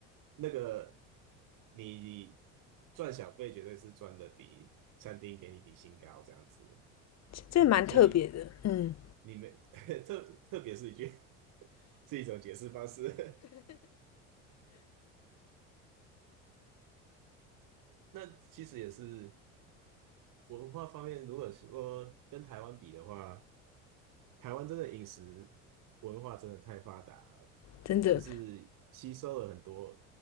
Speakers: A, on the right; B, on the left.
A: 那个你赚小费绝对是赚的比餐厅给你底薪高这样子的，
B: 这蛮特别的，
A: 所以
B: 嗯
A: 你你没 <laughs> 特特别是一句 <laughs> 是一种解释方式。<laughs> 那其实也是文化方面，如果说跟台湾比的话，台湾真的饮食文化真的太发达了，
B: 真的，
A: 就是吸收了很多，